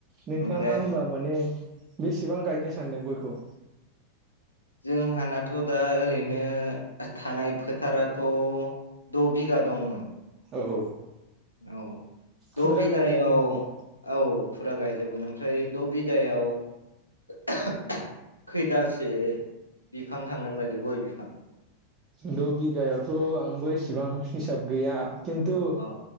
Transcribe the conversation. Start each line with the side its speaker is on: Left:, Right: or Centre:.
Right: नोंथाङा
Left: ओमफ्राय
Right: होनबा माने बेसेबां गायनो सानदों गयखौ?
Left: जोंहानाथ' दा ओरैनो थानाय फोथाराथ' द' बिघा दंमोन।
Right: औ।
Left: औ
Right: फुरा
Left: द' बिगायाव
Right: गायजोबगोन माने
Left: औ फुरा गायजोबगोन। ओमफ्राय द' बिगायाव <unintelligible> खैदालसे बिफां थांगोन बायदि गय बिफां?
Right: द' बिगायावथ' आंबो इसिबां हिसाब गैया खिन्थु
Left: अ